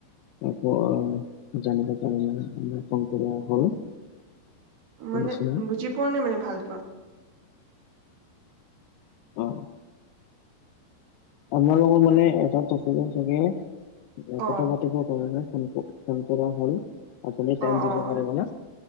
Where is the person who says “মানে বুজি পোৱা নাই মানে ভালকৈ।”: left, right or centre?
Right